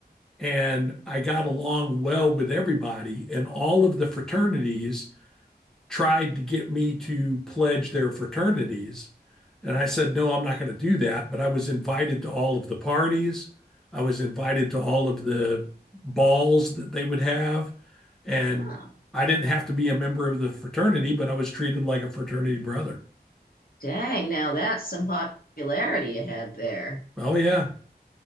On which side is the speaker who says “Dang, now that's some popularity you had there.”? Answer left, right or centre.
Left